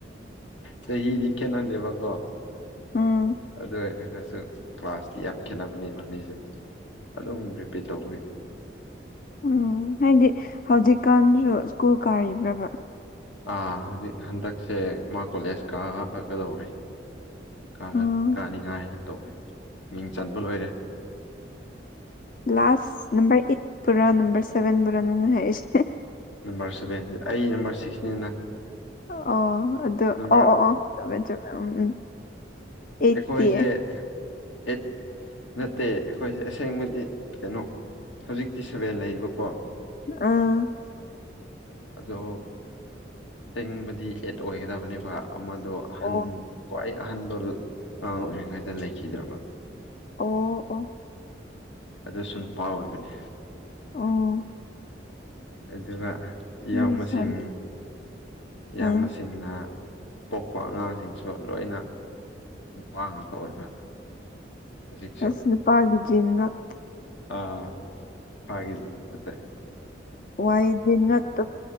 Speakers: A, on the left; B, on the left.
A: ꯆꯍꯤꯗꯤ ꯈꯦꯠꯅꯗꯦꯕꯀꯣ
B: ꯎꯝ
A: ꯑꯗꯨ ꯑꯣꯢꯔꯒꯁꯨ ꯀ꯭ꯂꯥꯁꯇꯤ ꯌꯥꯝ ꯈꯦꯠꯅꯕꯅꯤ ꯏꯕꯥꯅꯤꯖꯦ ꯑꯗꯨꯝ ꯔꯤꯄꯤꯠ ꯇꯧꯕꯒꯤ
B: ꯎꯝ ꯍꯥꯏꯗꯤ ꯍꯧꯖꯤꯛꯀꯥꯟꯁꯨ ꯁ꯭ꯀꯨꯜ ꯀꯥꯔꯤꯕ꯭ꯔꯕꯥ
A: ꯑꯥ ꯍꯧꯖꯤꯛ ꯍꯟꯗꯛꯁꯦ ꯃꯥ ꯀꯣꯂꯦꯖ ꯀꯥꯒꯗꯧꯔꯤ ꯀꯥꯒꯅꯤ
B: ꯎꯝ
A: ꯀꯥꯅꯤꯉꯥꯏꯅ ꯇꯧꯔꯦ ꯃꯤꯡ ꯆꯟꯕ ꯂꯣꯏꯔꯦ
B: ꯂꯥꯁꯇ ꯅꯝꯕꯔ ꯑꯩꯠ ꯄꯨꯔꯥ ꯅꯝꯕꯔ ꯁꯚꯦꯟ ꯕꯨꯔꯥ ꯅꯪꯅ ꯍꯥꯏꯔꯤꯁꯦ
A: ꯅꯝꯕꯔ ꯁꯚꯦꯟ ꯑꯩ ꯅꯝꯕꯔ ꯁꯤꯛꯁꯅꯤꯅ
B: ꯑꯣ ꯑꯗꯨ
A: ꯅꯝꯕꯔ
B: ꯑꯣ ꯑꯣ ꯑꯣ ꯆꯃꯦ ꯆꯃꯦ ꯎꯝ ꯎꯝ ꯑꯩꯠꯇꯤ
A: ꯑꯩꯈꯣꯏꯖꯦ ꯑꯦꯠ ꯅꯠꯇꯦ ꯑꯩꯈꯣꯏꯖꯦ ꯑꯁꯦꯡꯕꯗꯤ ꯀꯩꯅꯣ ꯍꯧꯖꯤꯛꯇꯤ ꯁꯚꯦꯟ ꯂꯩꯕꯀꯣ
B: ꯑꯥ
A: ꯑꯗꯣ ꯁꯦꯡꯕꯗꯤ ꯑꯦꯠ ꯑꯣꯏꯒꯗꯕꯅꯤꯕ ꯑꯃꯗꯣ ꯑꯍꯟ
B: ꯑꯣ
A: ꯈ꯭ꯋꯥꯏ ꯑꯍꯟꯕ ꯑꯉꯥꯡ ꯑꯣꯏꯔꯤꯉꯩꯗ ꯂꯩꯈꯤꯗ꯭ꯔꯕ
B: ꯑꯣ ꯑꯣ
A: ꯑꯗꯨꯁꯨ ꯅꯨꯄꯥ ꯑꯣꯏꯕꯅꯦ
B: ꯑꯣ
A: ꯑꯗꯨꯒ ꯏꯌꯥꯝꯕꯁꯤꯡ
B: ꯕꯦꯔꯤ ꯁꯣꯔꯤ
A: ꯏꯌꯥꯝꯕꯁꯤꯡꯅ
B: ꯑꯥ
A: ꯄꯣꯛꯄ ꯑꯉꯥꯡꯁꯤꯡꯁꯨ ꯂꯣꯏꯅ ꯅꯨꯄꯥ ꯉꯥꯛꯇ ꯑꯣꯏꯕ ꯍꯧꯖꯤꯛꯁꯨ
B: ꯑꯁ ꯅꯨꯄꯥꯒꯤ ꯖꯤꯟ ꯉꯥꯛ
A: ꯑꯥ ꯅꯨꯄꯥꯒꯤ ꯖꯤꯟ ꯉꯥꯛꯇ
B: ꯋꯥꯏ ꯖꯤꯟ ꯉꯥꯛꯇ